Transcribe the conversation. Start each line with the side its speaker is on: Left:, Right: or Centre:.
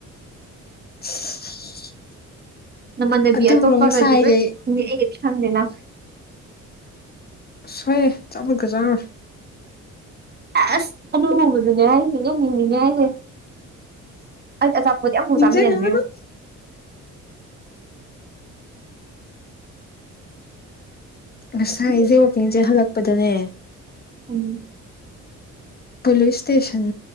Left: <inaudible>
Right: ꯅꯃꯥꯟꯅꯕꯤ
Left: ꯑꯗꯨꯕꯨ
Right: ꯑꯇꯣꯞꯄꯒꯗꯤ
Left: ꯉꯁꯥꯏꯗꯤ
Right: ꯂꯣꯏꯪꯅꯤ ꯑꯩꯒꯗꯤ ꯈꯪꯗꯦꯅ
Left: ꯁꯣꯏꯑꯦ ꯆꯄꯜꯒꯖꯥꯔ
Right: ꯑ ꯑꯁ ꯑꯃ ꯂꯨꯍꯣꯡꯕꯗꯨꯅꯦ ꯍꯥꯏꯁꯦ ꯌꯥꯝ ꯃꯤꯅꯤꯅꯦ ꯍꯥꯏꯁꯦ ꯑꯩ ꯑꯆꯥꯄꯣꯠ ꯑꯝꯐꯥꯎ
Left: ꯅꯤꯡꯖ
Right: ꯆꯥꯃꯤꯟꯅꯗ꯭ꯔꯤ
Left: ꯌꯥꯅ <inaudible> ꯉꯁꯥꯏ
Right: ꯌꯦꯡꯉꯨ
Left: ꯑꯩꯁꯦ ꯋꯥꯛꯀꯤꯡꯁꯦ ꯍꯜꯂꯛꯄꯗꯅꯦ
Right: ꯎꯝ
Left: ꯄꯨꯂꯤꯁ ꯏꯁꯇꯦꯁꯟ